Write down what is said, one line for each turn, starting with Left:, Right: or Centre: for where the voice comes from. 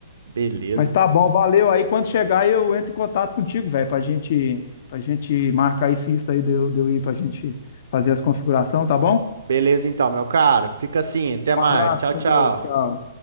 Right: Beleza.
Left: Mas tá bom, valeu. Aí quando chegar, eu entro em contato contigo, velho, pra gente, pra gente marcar isso, isso aí, de eu de eu ir pra gente fazer as configurações, tá bom?
Right: Beleza, então, meu caro. Fica assim, até
Left: Um
Right: mais.
Left: abraço,
Right: Tchau,
Left: com
Right: tchau.
Left: Deus. Tchau.